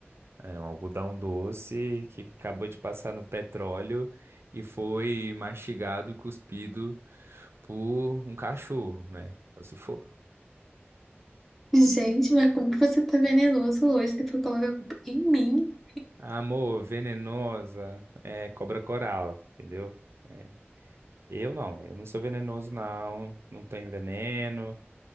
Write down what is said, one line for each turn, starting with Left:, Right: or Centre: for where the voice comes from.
Right: É um algodão doce que acabou de passar no petróleo e foi mastigado e cuspido por um cachorro, né? Ou se for.
Centre: Gente, mas como que você tá venenoso hoje? Depois coloca a culpa em mim.
Right: Amor, venenosa, é cobra coral, entendeu? É. Eu não, eu não sou venenoso, não. Não tenho veneno,